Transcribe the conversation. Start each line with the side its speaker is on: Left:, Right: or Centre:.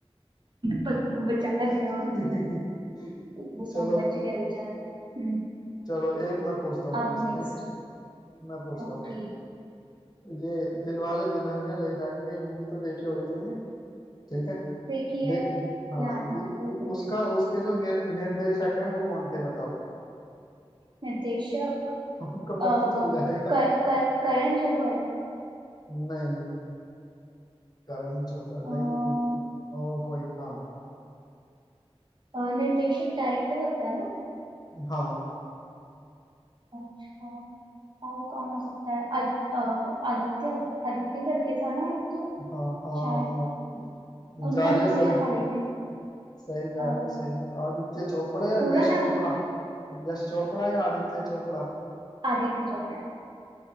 Right: ब- बचा लिया
Left: देख <laughs>
Right: उनको। वो सॉन्ग
Left: चलो
Right: बच गया बेचारा हम्म
Left: चलो एक मैं पूछता हूँ
Right: अब
Left: तुमसे
Right: नेक्स्ट
Left: ठीक है मैं पूछता
Right: ओके
Left: हूँ एक ये दिलवाले दुल्हनिया ले जाएंगे ये मूवी तो देखी होगी तुमने ठीक है
Right: देखिए
Left: दे हाँ
Right: याद
Left: उ,
Right: नहीं है कोई
Left: उ,
Right: कुछ
Left: उसका उसके जो निर, निर्देशक हैं वो कौन थे बताओ
Right: निर्देशक
Left: हमको
Right: अ,
Left: पता चल जाएगा
Right: कर, कर, करण जौहर
Left: नहीं करण जौहर
Right: अ,
Left: नहीं और कोई था
Right: अ, निर्देशक डायरेक्टर होता है ना
Left: हाँ
Right: अच्छा और कौन हो सकता है आद, अ, आदित्य आदित्य करके था ना एक तो
Left: हाँ हाँ
Right: शायद
Left: हाँ
Right: उनका
Left: जा रही
Right: नाम
Left: हो सही
Right: क्या था लेकिन
Left: सही जा
Right: अ,
Left: रही हो सही जा आदित्य चोपड़ा या
Right: पूरा
Left: यश
Right: नाम
Left: चोपड़ा यश चोपड़ा या आदित्य चोपड़ा
Right: आदित्य चोपड़ा